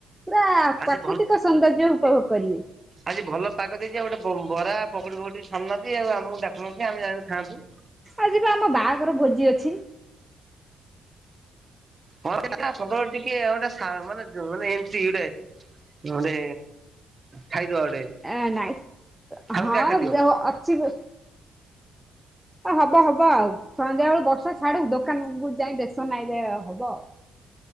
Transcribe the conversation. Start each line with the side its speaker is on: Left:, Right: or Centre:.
Centre: ପୁରା
Right: ଆଜି
Centre: ପ୍ରାକୃତିକ ସୌନ୍ଦର୍ଯ୍ୟ ଉପଭୋଗ କରିବେ।
Right: ଆଉଜି ଭଲ ପାଗ ଦେଇଛି ଆଉ ଗୋଟେ ବରା ପକଡି ଫକୁଡି ସରି ନହା ଆଉମକୁ ଡାକୁୁନହା ଆମେ ଯାନ୍ତୁ ଖାନ୍ତୁ।
Centre: ଆଜି ବି ଆମ ବାହାଘର ଭୋଜି ଅଛି?
Right: ହଁ ଟିକେ ଗୋଟେ ମାନେ ମାନେ ଏମ ଗୋଟେ ଗୋଟେ ଖାଇଦବା ଗୋଟେ
Centre: ଏ ନାଇଁ
Right: ହାଲକା
Centre: ହଁ
Right: ଖାଦ୍ୟ।
Centre: ଦେ ଅଛି ବି ହବ ହବ ଆଉ ସନ୍ଧ୍ୟାବେଳ ବର୍ଷା ଛାଡ଼ୁ ଦୋକାନକୁ ଯାଇ ବେଶ ନାଇ ହବ ଆଉ।